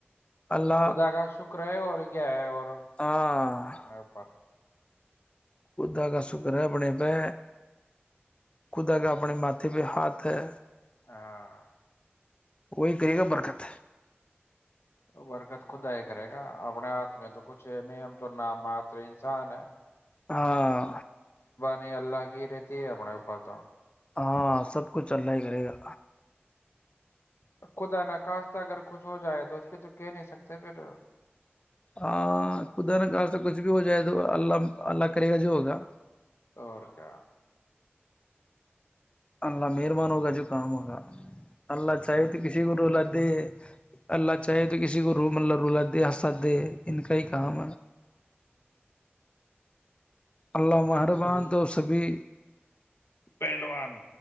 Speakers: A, on the left; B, on the left.
A: اللہ
B: خدا کا شکر ہے اور کیا ہے اور
A: ہاں
B: اپنے اوپر ہے
A: خدا کا شکر ہے اپنے پہ خدا کا اپنے ماتھے پہ ہاتھ ہے
B: ہاں
A: کوی کرری گ برکت
B: برکت خود دائ کرے گا اپنے ہاتھ میں تو کچھ ہے نہیں تو نام مت انسان ہے
A: ہاں
B: نہیں اللہ کی رہیتی اپنےے پاات
A: ہاں سب کچھ چلنا ہی کرے گا
B: خدا نخاستہ اگر کچھ ہو جائے تو کہ تو کہہ نہیں سکتے بیٹ
A: ہاں کد نہ گ سے کچھ بھی ہو تو اللہ اللہ کرے گا جو ہوگا
B: اور کیا
A: اللہ مہربان ہوگا جو کام ہوگا اللہ چاہت کسی گور لدے اللہ چاہے تو کسی کو روم اللہ رلا دے آ سے ان کا ہی کام اللہ محربان
B: صحیح
A: تو سبھی
B: پہلوان